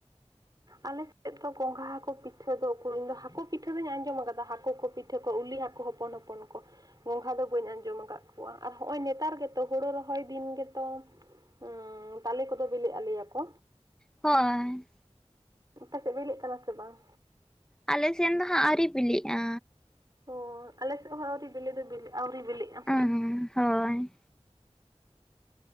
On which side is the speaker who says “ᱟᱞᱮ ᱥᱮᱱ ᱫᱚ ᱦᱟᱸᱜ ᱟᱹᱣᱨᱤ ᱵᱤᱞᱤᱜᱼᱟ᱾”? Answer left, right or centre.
Centre